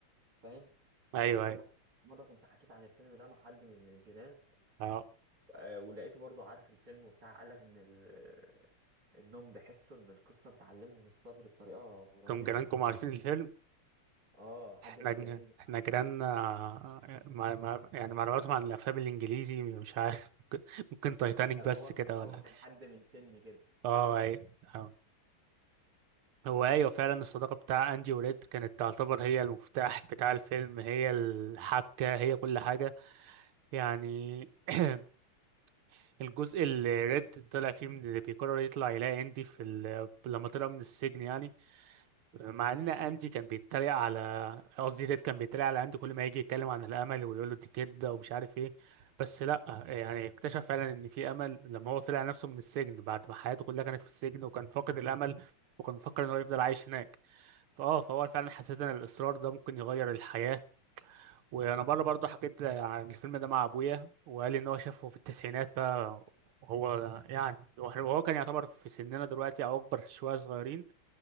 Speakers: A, on the right; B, on the right.
A: فاهم
B: أيوه
A: برضو
B: أيوه
A: م- مرة كنت حكيت عن الفيلم ده مع حد من الجيران
B: اه
A: آه، ولقيته برضو عارف الفيلم وبتاع قال لك إن ال... إنهم بيحسوا إن القصة بتعلمهم الصبر بطريقة رهيبة
B: كم جيرانكم عارفين الفيلم
A: اه حد
B: احنا
A: من
B: جن-
A: جيراني
B: احنا
A: قال-
B: جيراننا آه، مع... مع... يعني معلوماتهم عن الأفلام الإنجليزي مش عارف <laughs> ممكن تايتانيك
A: لا
B: بس
A: ما هو كان
B: كده ولا
A: هو
B: حاجة
A: كان حد من سني كده
B: اه
A: فاهم
B: أيوه آه. هو ايوه فعلا الصداقه بتاع اندي وريد كانت تعتبر هي المفتاح بتاع الفيلم هي الحبكه هي كل حاجه يعني <clears throat> الجزء اللي ريد طلع فيه من اللي بيقرر يطلع يلاقي اندي في ال... لما طلع من السجن يعني مع ان اندي كان بيتريق على قصدي ريد كان بيتريق على اندي كل ما يجي يتكلم عن الامل ويقول له دي كده ومش عارف ايه بس لا يعني اكتشف فعلا ان في امل لما هو طلع نفسه من السجن بعد ما حياته كلها كانت في السجن وكان فاقد الامل وكان مفكر ان هو يفضل عايش هناك فاه فهو فعلا حسيت ان الاصرار ده ممكن يغير الحياه وانا بره برضه حكيت عن الفيلم ده مع ابويا وقال لي ان هو شافه في التسعينات بقى هو يعني وهو كان يعتبر في سننا دلوقتي او اكبر شويه صغيرين